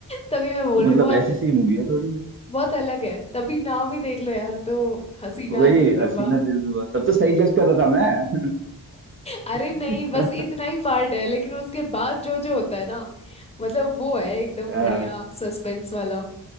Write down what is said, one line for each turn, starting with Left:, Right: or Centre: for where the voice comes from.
Left: तभी मैं बोल
Right: तो मतलब
Left: रही हूँ बहुत
Right: ऐसी सी मूवी है थोड़ी
Left: बहुत अलग है तभी नाम ही देख लो यार तो हसीना
Right: वही
Left: दिलरुबा
Right: हसीना दिलरुबा तब तो सही जज कर रहा था मैं
Left: अरे नहीं
Right: <laughs>
Left: बस इतना ही पार्ट है लेकिन उसके बाद जो जो होता है ना मतलब वो है एकदम
Right: हाँ,
Left: बढ़िया सस्पेंस वाला